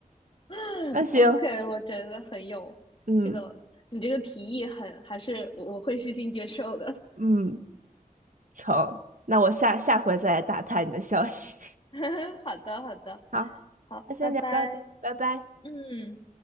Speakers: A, on the left (about 35°); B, on the right (about 60°).
A: <laughs>，OK，
B: <laughs> 那行，
A: 我觉得很有这个，
B: 嗯
A: 你这个提议很，还是我我会虚心接受的。
B: 嗯，成，那我下下回再来打探你的消息。
A: <laughs> 好的，好的，
B: <laughs> 好，
A: 好，
B: 那先聊到这，
A: 拜拜。
B: 拜拜。
A: 嗯。